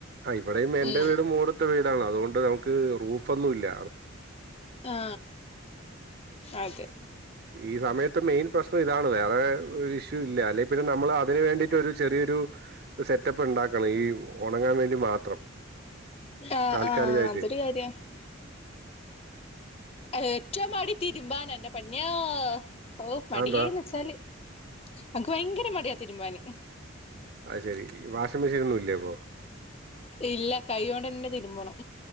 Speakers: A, on the right; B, on the left.
A: ആ ഇവിടെയും എന്റെ
B: ഉം
A: വീടും ഓടിട്ട വീടാണ്. അതുകൊണ്ട് നമുക്ക് റൂഫൊന്നും ഇല്ല.
B: ആ അതെ.
A: ഈ സമയത്ത് മെയിൻ പ്രശ്നം ഇതാണ്. വേറെ ഇഷ്യൂ ഇല്ല. അല്ലെ പിന്നെ നമ്മൾ അതിനന് വേണ്ടിയിട്ട് ഒരു ചെറിയൊരു സെറ്റപ്പ് ഉണ്ടാക്ക ണം. ഈ ഉണങ്ങാൻ വേണ്ടി മാത്രം
B: ആഹ്
A: താൽക്കാലികായിടട്ടെ.
B: ആഹ് <unintelligible> ഏറ്റമാട് തീരുമ്പാന എൻറെ പൊന്നോ. ഓ മടിയിന്ന്
A: അതെന്താ
B: വച്ചാല്, അനക്ക് ഭയങ്കര മടിയാ തീരുമാന്.
A: ആ ശരി വാഷിംഗ് മെഷീൻ ഒന്നും ഇല്ല അപ്പോ.
B: ഇല്ല കൈകോണ്ട് തന്നെ തിരുമ്പണം.